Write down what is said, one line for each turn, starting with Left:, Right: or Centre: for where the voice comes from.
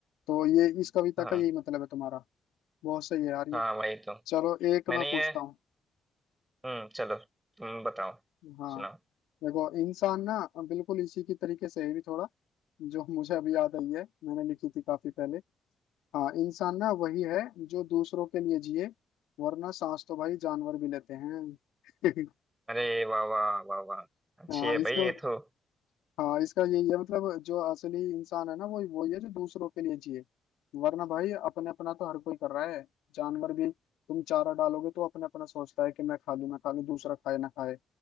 Left: तो ये इस कविता
Right: हाँ
Left: का
Right: हाँ
Left: यही मतलब है तुम्हारा बहुत सही है यार ये
Right: हाँ, वही तो
Left: चलो एक
Right: मैंने
Left: मैं पूछता
Right: ये
Left: हूँ
Right: हम्म चलो तुम बताओ
Left: हाँ
Right: सुनाओ
Left: देखो इंसान ना बिल्कुल इसी की तरीके से है भी थोड़ा जो मुझे अभी याद आई है मैंने लिखी थी काफी पहले हाँ इंसान ना वही है जो दूसरों के लिए जिए वरना सांस तो भाई जानवर भी लेते हैं <laughs>
Right: अरे वाह वाह वाह वाह अच्छी
Left: हाँ
Right: है
Left: इसका
Right: भाई ये तो <laughs>
Left: हाँ इसका यही है मतलब जो असली इंसान है ना वो वही है जो दूसरों के लिए जिए वरना भाई अपने अपना तो हर कोई कर रहा है जानवर भी तुम चारा डालोगे तो अपने अपना सोचता है कि मैं खा लूं मैं खा लूं दूसरा खाए ना खाए